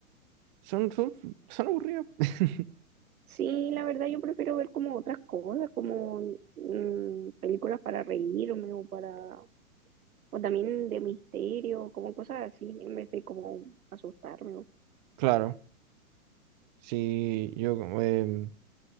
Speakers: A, on the right; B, on the right.
A: son, son, son aburridas. <laughs>
B: Sí, la verdad yo prefiero ver como otras cosas, como mm, películas para reírme o para, o también de misterio, como cosas así, en vez de como asustarme. o-
A: Claro. Sí, yo como, em,